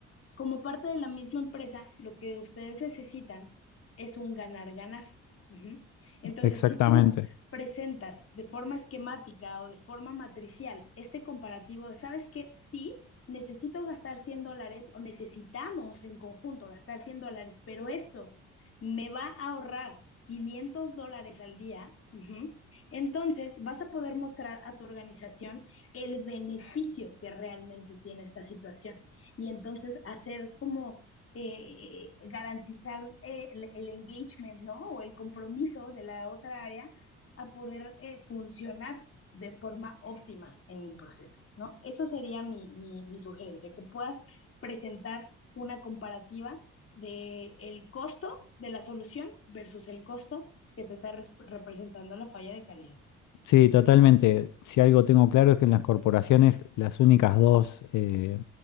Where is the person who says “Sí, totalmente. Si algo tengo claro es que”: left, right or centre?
Left